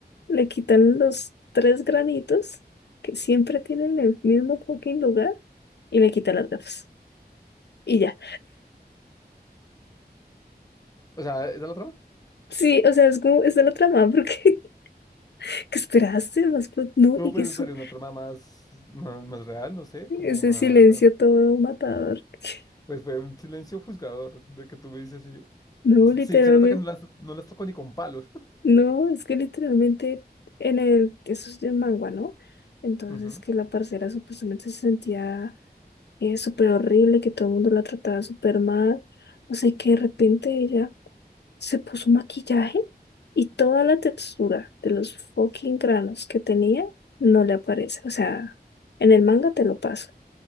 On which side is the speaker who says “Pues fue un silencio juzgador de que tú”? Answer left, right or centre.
Left